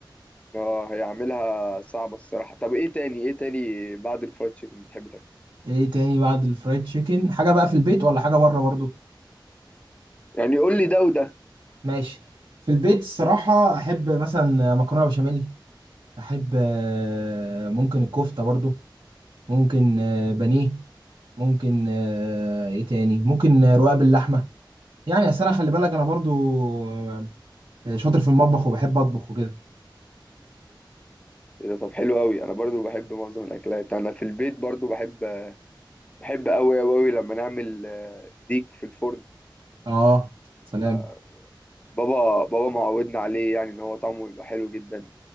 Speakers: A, on the left (about 15°); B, on the right (about 65°).
A: اه هيعملها صعبة الصراحة طب ايه تاني ايه تاني بعد الفرايد تشيكن بتحب تاكل
B: ايه تاني بعد الفرايد تشيكن حاجه بقى في البيت ولا حاجه بره برضو
A: يعني قول لي ده وده
B: ماشي في البيت الصراحه احب مثلا مكرونه بشاميل احب آه، ممكن الكفته برضو ممكن آه، بانيه ممكن آه، ايه تاني ممكن آه، رقاق باللحمه يعني اصل انا خلي بالك انا برضو آه، شاطر في المطبخ وبحب اطبخ وكده
A: ايه ده طب حلو قوي انا برضو بحب معظم الاكلات انا في البيت برضو بحب بحب قوي قوي لما نعمل آه، ديك في الفرن
B: اه سلام
A: آه، بابا بابا معودنا عليه يعني ان هو طعمه يبقى حلو جدا